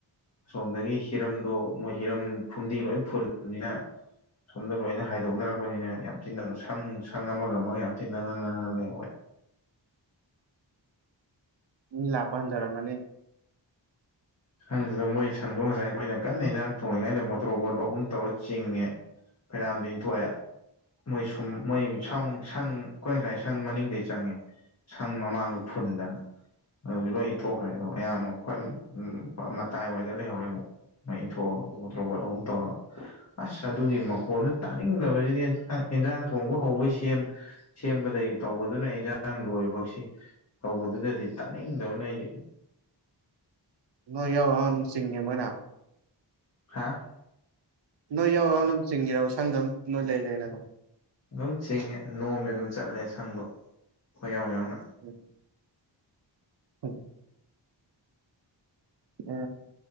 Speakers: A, on the left; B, on the right.
A: ꯑꯁꯣꯝꯗꯒꯤ ꯍꯤꯔꯝꯗꯣ ꯃꯣꯏ ꯍꯤꯔꯝ ꯐꯨꯝꯗꯤ ꯂꯣꯏ ꯐꯨꯜꯂꯕꯅꯤꯅ ꯁꯣꯝꯗ ꯂꯣꯏꯅ ꯍꯥꯏꯗꯣꯛꯅꯔꯛꯄꯅꯤꯅ ꯌꯥꯝ ꯊꯤꯅ ꯅꯪꯅ ꯁꯪ ꯁꯪ ꯑꯃꯒ ꯑꯃꯒ ꯌꯥꯝ ꯊꯤꯅ ꯅꯪꯅ ꯅꯪꯅ ꯂꯩꯍꯣꯏ
B: ꯃꯤ ꯂꯥꯛꯄ ꯍꯟꯊꯔꯝ ꯃꯥꯅꯤ
A: ꯈꯪꯗꯦꯗ ꯃꯣꯏ ꯁꯪꯗꯣ ꯉꯁꯥꯏ ꯑꯩꯈꯣꯏꯅ ꯀꯟꯅ ꯏꯟꯖꯥꯡ ꯊꯣꯡꯉꯤꯉꯩꯗ ꯃꯣꯇꯣꯔ ꯕꯣꯔꯠ ꯑꯍꯨꯝ ꯇꯧꯔ ꯆꯤꯡꯉꯦ ꯐꯅꯌꯥꯝꯗꯤ ꯏꯪꯊꯣꯛꯑꯦ ꯃꯣꯏ ꯁꯨꯝ ꯃꯣꯏ ꯁꯪ ꯁꯪ ꯑꯩꯈꯣꯏ ꯉꯁꯥꯏ ꯁꯪ ꯃꯅꯤꯡꯗꯩ ꯆꯪꯉꯦ ꯁꯪ ꯃꯃꯥꯡꯗꫭ ꯐꯨꯟꯗꯅ ꯑꯗꯨꯁꯨ ꯂꯣꯏ ꯏꯟꯊꯣꯛꯈ꯭ꯔꯦ ꯑꯗꯣ ꯑꯌꯥꯝꯕ ꯈ꯭ꯋꯥꯏ ꯎꯝ ꯍꯣꯏ ꯃꯇꯥꯏꯋꯥꯗ ꯂꯩꯍꯧꯔꯦ ꯑꯃꯨꯛ ꯏꯟꯊꯣꯛꯑꯒ ꯃꫭꯇꫭꯔ ꯕꯣꯔꯠ ꯑꯍꯨꯝ ꯇꯧꯔ ꯑꯁ ꯑꯗꯨꯒꯤ ꯃꯈꯣꯟꯗꯨ ꯇꯥꯅꯤꯡꯗꯕꯁꯤꯗꯤꯟ ꯑꯦꯟꯖꯥꯡ ꯊꯣꯡꯕ ꯍꯧꯕꯩ ꯁꯦꯝ ꯁꯦꯝꯕꯗꯒꯤ ꯇꯧꯕꯗꯨꯅ ꯏꯟꯖꯥꯡ ꯂꯣꯏꯕꯁꯤ ꯇꯧꯕꯗꯨꯗꯗꯤ ꯇꯥꯅꯤꯡꯗꯕꯅ ꯑꯩꯗꯤ
B: ꯅꯣꯏ ꯌꯥꯎ ꯌꯥꯎꯅ ꯆꯤꯡꯉꯦ ꯃꯣꯏꯅ
A: ꯍꯥꯥ
B: ꯅꯣꯏ ꯌꯥꯎ ꯌꯥꯎꯅ ꯑꯗꯨꯝ ꯆꯤꯡꯉꯤꯔ ꯁꯪꯗꯝ ꯅꯣꯏ ꯂꯩ ꯂꯩꯅ ꯑꯗꯨꯝ
A: ꯑꯗꯨꯝ ꯆꯤꯡꯉꯦ ꯅꯣꯝꯃꯦ ꯑꯗꯨꯝ ꯆꯠꯂꯦ ꯁꯪꯗꯣ ꯈꯣꯏꯌꯥꯎ ꯌꯥꯎꯅ
B: <unintelligible> <unintelligible> ꯎ